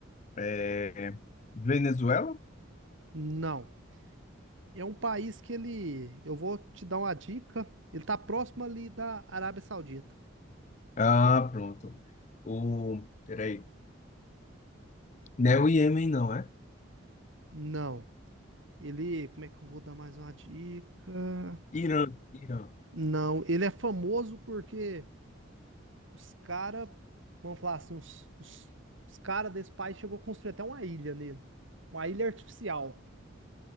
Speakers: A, on the left; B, on the right.
A: É, Venezuela?
B: Não, é um país que ele, eu vou te dar uma dica, ele tá próximo ali da Arábia Saudita.
A: ah, pronto. O, peraí, não é o Iêmen, não, é?
B: Não, ele, como é que eu vou dar mais uma dica?
A: Irã, Irã.
B: Não, ele é famoso porque os caras, vamos falar assim, os, os, os caras desse país chegou a construir até uma ilha nele. Uma ilha artificial.